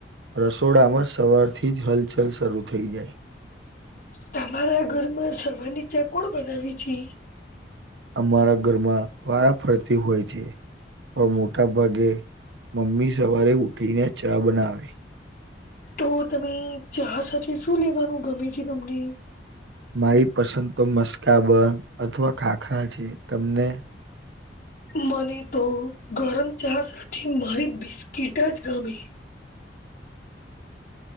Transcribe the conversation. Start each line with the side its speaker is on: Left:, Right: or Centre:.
Right: રસોડામાં સવાર થી જ હલચલ શરૂ થઈ જાય
Left: તમારા ઘરમાં સવાર ની ચા કોણ બનાવી છે
Right: અમારા ઘરમાં વારા ફરતી હોય છે પણ મોટા ભાગે મમ્મી સવારે ઉઠી ને ચા બનાવે
Left: તો તમે ચાહ સાથે શું લેવાનું ગમે છે તમને
Right: મારી પસંદ તો મસ્કા બંધ અથવા ખાખરા છે તમને
Left: મને તો ગરમ ચા સાથે મારી બિસ્કીિટ જ ગમેી